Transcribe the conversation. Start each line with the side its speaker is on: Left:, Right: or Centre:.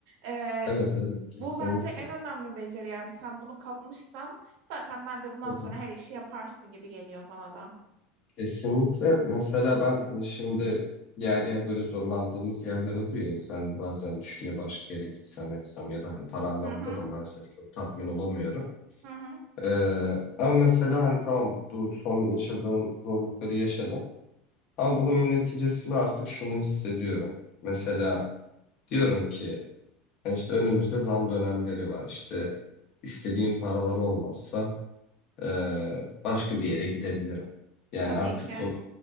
Right: Ee,
Left: Evet evet kesinlikle.
Right: bu bence en önemli beceri yani sen bunu kapmışsan zaten bence bundan
Left: Hı hı.
Right: sonra her işi yaparsın gibi geliyor bana da.
Left: Kesinlikle. Mesela ben hani şimdi yer yer böyle zorlandığımız yerler oluyor. İnsan bazen düşünüyor başka yere gitsem etsem ya da hani para anlamında
Right: Hı hı,
Left: da maalesef çok tatmin olamıyorum.
Right: hı hı.
Left: Ee, ama mesela hani tamam bu son yaşadığım zorlukları yaşadım. Ama bunun neticesinde artık şunu hissediyorum. Mesela diyorum ki hani işte önümüzde zam dönemleri var. İşte istediğim paralar olmazsa ee, başka bir yere gidebilirim. Yani
Right: Tabii
Left: artık
Right: ki.
Left: bunu